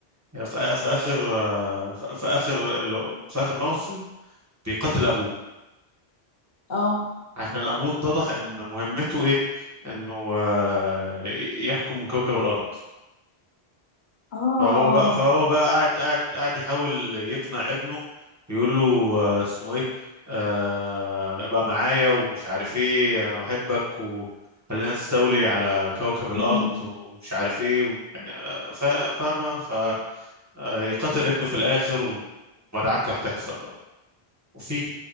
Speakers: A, on the right; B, on the left.
A: يعني في في اخر آه، في في اخر ال- في اخر موسم بيقتل ابوه
B: اه
A: عشان ابوه اتضح ان مهمته ايه انه آه، يحكم كوكب الارض
B: اه
A: فهو بقى فهو بقى قاعد قاعد قاعد يحاول يقنع ابنه يقول له آه، اسمه ايه آه، ابقى معايا ومش عارف ايه انا بحبك وخلينا نستولي على كوكب الارض
B: امم
A: ومش عارف ايه و... يعني، آه، فا- فاهمه فيقتل ابنه في الاخر ومدعكه بتحصل بقى وفي